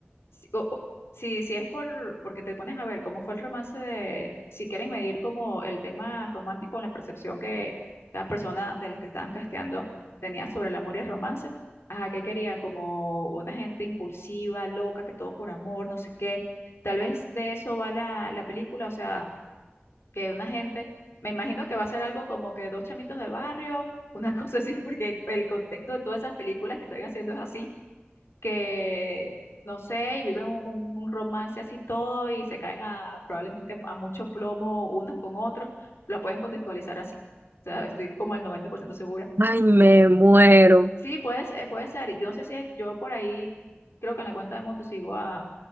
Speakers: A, on the left (about 80°); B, on the right (about 55°).
A: si, o- o- si, si es por, porque te pones a ver cómo fue el romance de, si quieren medir como el tema romántico, la percepción que cada persona de las que estaban casteando tenía sobre el amor y el romance, ajá, que querían como una gente impulsiva, loca, que todo por amor, no sé qué. Tal vez de eso va la, la película, o sea, que una gente, me imagino que va a ser algo como que dos chamitos del barrio, una <laughs> cosa así, porque el contexto de todas esas películas que están haciendo es así que, no sé, y viven un, un un romance así todo y se caen a probablemente a mucho plomo unos con otros, la pueden contextualizar así. O sea, estoy como al 90% segura.
B: Ay, me muero.
A: Sí, puede, ser- puede ser. y Yo no sé si hay- yo por ahí, creo que en la cuenta de Motu sigo a,